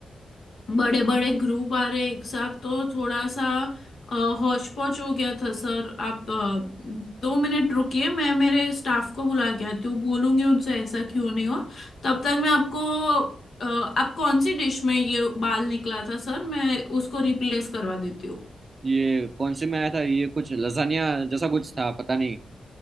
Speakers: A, on the left; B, on the right.
A: बड़े बड़े ग्रुप आ रहे एक साथ तो थोड़ा सा हौच पौच हो गया था सर आप अ, दो मिनट रुकिए मैं मेरे स्टाफ को बुला के आती हूँ बोलूंगी उनसे ऐसा क्यों नहीं हुआ तब तक मैं आपको अ, आप कौन सी डिश में ये बाल निकला था सर मैं उसको रिप्लेस करवा देती हूँ
B: ये कौन से में आया था ये कुछ लजानिया जैसा कुछ था पता नहीं